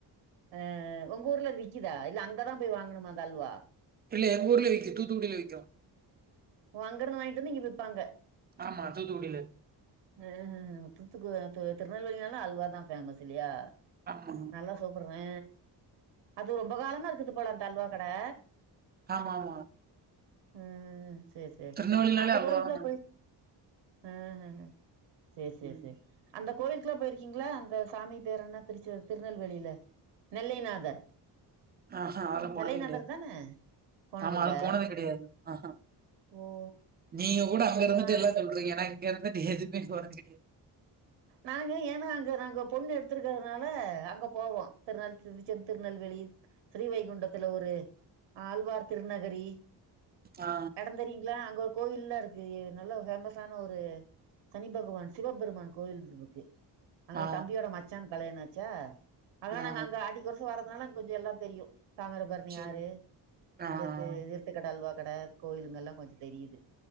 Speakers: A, on the right; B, on the right.
A: அ அ உங்க ஊர்ல விக்குதா இல்ல அங்கதா போய் வாங்கணுமா அந்த அல்வா
B: இல்ல எங்கூர்லயே விக்கு தூத்துக்குடிலயு விக்கு
A: ஓ அங்கருந்து வாங்கிட்டு வந்து இங்க விப்பாங்க
B: ஆமா தூத்துக்குடியில
A: அ தூத்துக்கு திருநெல்வேலினாலே அல்வா தா ஃபேமஸ் இல்லையா
B: ஆமா
A: நல்லா சாப்பறே அது ரொம்ப காலமா இருக்குது போல அந்த அல்வா கடை
B: ஆமா ஆமா
A: ம் ம் சேர் சேர்
B: திருநெல்வேலினாலே
A: அந்த
B: அல்வா
A: கோயிலுக்குலாம்
B: தான.
A: போய் ஆ ஹ ஹ சேர் சேர்
B: ம்.
A: சேர் அந்த கோயிலுக்குலாம் போயிருக்கீங்களா அந்த சாமி பேரென்ன திருச்சு திருநெல்வேலில நெல்லைநாதர்
B: ஆஹா அதுல போனதே
A: நெல்லைநாதர்
B: கெடையாது.
A: தான போனதில்ல
B: ஆமா அது போனது கெடையாது. ஆஹா.
A: ஓ
B: நீங்க கூட அங்க
A: சி
B: இருந்துட்டு
A: நா
B: எல்லாம் பண்றீங்க நான் இங்க இருந்துட்டு எதுமே போறது கெடையாது
A: நாங்க ஏன்னா அங்க நாங்க பொண்ணு எடுத்திருக்கறதுனால அங்க போவோம் திருநெல் திருச்சம் திருநெல்வேலி ஸ்ரீவைகுண்டத்துல ஒரு ஆழ்வார் திருநகரி
B: ஆ.
A: நடந்து வருவீங்களா அங்க கோயில்லாம் இருக்கு நல்ல ஃபேமஸ்ஸான ஒரு சனி பகவான் சிவபெருமான் கோயில் இரு இருக்கு அங்க
B: ஆ.
A: என் தம்பியோட மச்சானுக்கு கல்யாணம் ஆச்சா அதெல்லாம்
B: ஆ.
A: நாங்க அங்க அடிக்கொருக்க வரதுனால அங்க கொஞ்சம் எல்லாம் தெரியும் தாமிரபர ணி
B: சரி.
A: ஆறு
B: ஆ.
A: அந்த தே இது இருட்டுக்கடை அல்வா கடை கோயிலுங்கல்லாம் கொஞ்சம் தெரிது